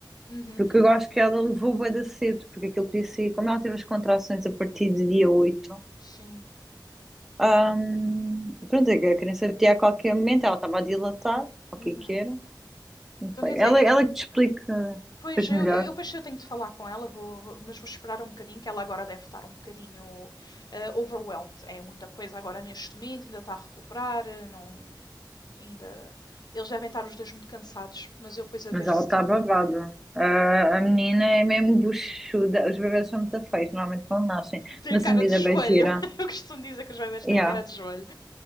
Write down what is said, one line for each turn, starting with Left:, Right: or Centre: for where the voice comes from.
Left: Uhum.
Centre: Porque eu acho que ela levou bué da cedo, porque aquilo podia ser como ela teve as contrações a partir de dia oito
Left: Sim.
Centre: hum, pronto, é que a criança podia a qualquer momento, ela estava a dilatar, ou o
Left: Uhum.
Centre: que é que era, não
Left: Então
Centre: sei.
Left: quer dizer,
Centre: Ela,
Left: e-
Centre: ela
Left: e-
Centre: que te explica
Left: pois
Centre: depois
Left: eu,
Centre: melhor,
Left: eu depois eu tenho de falar com ela, vou, vou- mas vou esperar um bocadinho, que ela agora deve estar um bocadinho eh, overwhelmed. É muita coisa agora neste momento, ainda está a recuperar, eh, não, ainda. Eles devem estar os dois muito cansados, mas eu depois a
Centre: mas
Left: ver
Centre: ela
Left: se
Centre: está
Left: tiro.
Centre: babada. Ah, a menina é mesmo buchuda, os bebês são muito feios, normalmente quando nascem,
Left: <laughs> Tem
Centre: mas
Left: cara
Centre: a vida
Left: de joelho.
Centre: bem gira,
Left: <laughs> Eu costumo dizer que os bebés
Centre: yeah.
Left: têm cara de joelho.